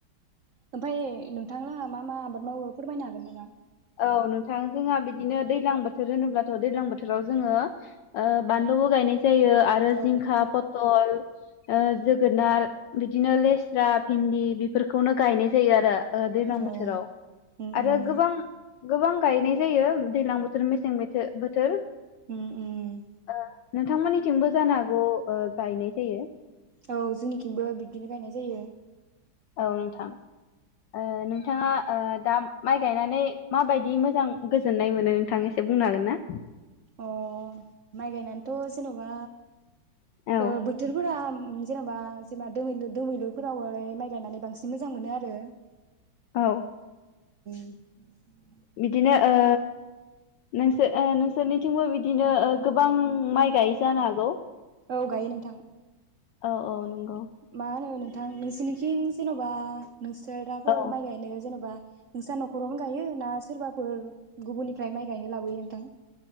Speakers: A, on the right (about 85°); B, on the left (about 75°).
A: ओमफाय नोंथां लाहा मा मा आबाद मावो फोरमायनो हागोन नामा?
B: औ नोंथां जोंहा बिदिनो दैज्लां बोथोर होनोब्लाथ' दैज्लां बोथोराव जोङो ओ बानलुबो गायनाय जायो आरो
A: औ
B: जिंखा पतल। ओ जोगोनार बिदिनो लेस्रा भिन्दि बिफोरखौनो गायनाय जायो आरो। ओ दैज्लां
A: औ
B: बोथोराव
A: उम
B: आरो
A: उम
B: गोबां गोबां गायनाय जायो दैलां बोथोर मेसें मेथो बोथोर।
A: उम उम
B: ओ नोंथांमोननिथिंबो जानो हागौ ओ गायनाय जायो।
A: औ जोंनिखिंबो बिब्दिनो गायनाय जायो।
B: औ नोंथां। ओ नोंथाङा ओ दा माइ गायनानै माबायदि मोजां गोजोननाय मोनो नोंथां एसे बुंनो हागोन ना?
A: अ माइ गायनान थ जेनबा
B: औ
A: ओ बोथोरफोरा उम जेन'बा जिमा दोमैलु दमैलुफोरावबालाय माइ गायनानै बांसिन मोजां मोनो आरो।
B: औ
A: <inaudible>
B: बिदिनो ओ नोंसोर ओ नोंसोरनिथिंबो बिदिनो ओ गोबां माइ गायो जानो हागौ?
A: औ गायो नोंथां।
B: औ औ नं
A: मा होनो नोंथां नोंसोरनिखिं जेन'बा नोंसोराफोर
B: औ
A: माइ गायनायाव जेन'बा नोंस्रा नख'रावनो गायो ना सोरबाफोर गुबुननिफ्राय माइ गायनो लाबोयो नोंथां?